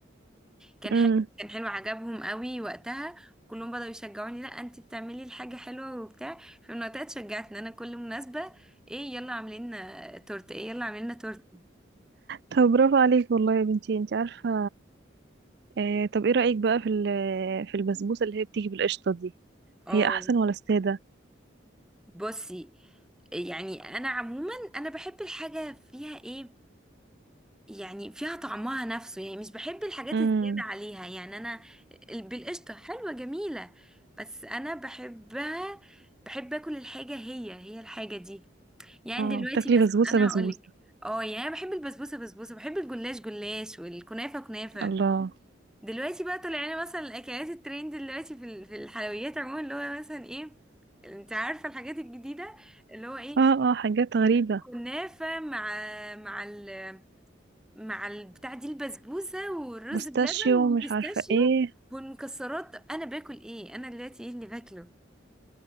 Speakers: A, in the centre; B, on the right.
A: كان
B: امم
A: حلو كان حلو عجبهم قوي وقتها كلهم بدأوا يشجعوني لا انت بتعملي الحاجة حلوة وبتاع فمن وقتها اتشجعت ان انا كل مناسبة ايه يلا عاملين تورت ايه يلا عاملين تورت
B: طب برافو عليك والله يا بنتي انت عارفة آه طب ايه رأيك بقى في ال- في البسبوسة اللي هي بتيجي بالقشطة دي
A: اه
B: هي احسن ولا السادة
A: بصي يعني انا عموما انا بحب الحاجة فيها ايه يعني فيها طعمها نفسه يعني مش بحب الحاجات
B: امم
A: الزيادة عليها يعني أنا ال- بالقشطة حلوة جميلة بس أنا بحبها بحب أكل الحاجة هي هي الحاجة دي يعني
B: اه
A: دلوقتي
B: بتاكلي
A: مثلا
B: بسبوسة
A: أنا
B: بسبوسة
A: هقولك اه يعني أنا بحب البسبوسة بسبوسة بحب الجلاش جلاش والكنافة كنافة
B: الله
A: دلوقتي بقى طالع لنا مثلا الأكلات الترند دلوقتي في ال- في الحلويات عموما اللي هو مثلا ايه انت عارفة الحاجات الجديدة اللي هو ايه
B: اه اه حاجات غريبة
A: كنافة مع مع ال مع البتاع دي البسبوسة والرز
B: بستاشيو
A: بلبن والبيستاشيو
B: مش عارفة ايه
A: والمكسرات انا باكل ايه انا دلوقتي ايه اللي باكله